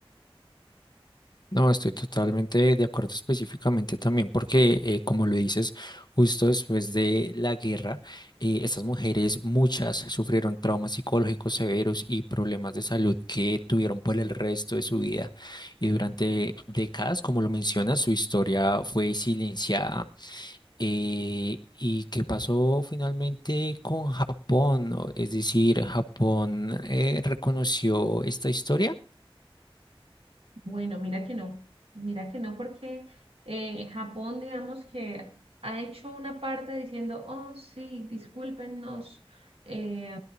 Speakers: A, on the left; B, on the right.
A: No, estoy totalmente de acuerdo específicamente también porque, eh, como lo dices, justo después de la guerra, eh, estas mujeres, muchas, sufrieron traumas psicológicos severos y problemas de salud que tuvieron por el resto de su vida. Y durante décadas, como lo mencionas, su historia fue silenciada. Eh, ¿y qué pasó finalmente con Japón? Es decir, Japón eh, reconoció esta historia.
B: Bueno, mira que no, mira que no, porque eh, Japón, digamos que ha hecho una parte diciendo, oh, sí, discúlpenos, eh,